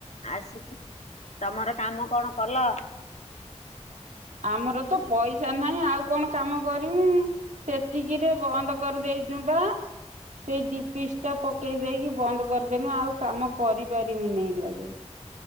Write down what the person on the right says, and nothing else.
ଆମର ତ ପଇସା ନାହିଁ, ଆଉ କଣ କାମ କରିମୁ? ସେତିକିରେ ବନ୍ଦ କରିଦେଇଁଚୁପା ସେଇ ଡିପିସ ଟା ପକେଇ ଦେଇେକି ବନ୍ଦ କରିଦେଲୁ ଆଉ କାମ କରିପାରିବୁନି ଏଇ ଲାଗେ।